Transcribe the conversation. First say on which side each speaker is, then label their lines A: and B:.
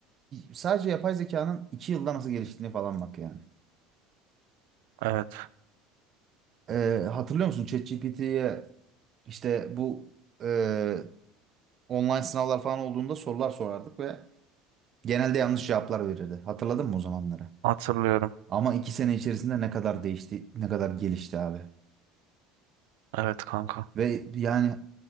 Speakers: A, on the right; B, on the right.
A: sadece yapay zekanın 2 yılda nasıl geliştiğini falan bak yani.
B: Evet,
A: E, hatırlıyor musun ChatGPT'ye işte bu e, online sınavlar falan olduğunda sorular sorardık ve genelde yanlış cevaplar verirdi. Hatırladın mı o zamanları?
B: hatırlıyorum.
A: Ama 2 sene içerisinde ne kadar değişti, ne kadar gelişti abi.
B: Evet kanka.
A: Ve yani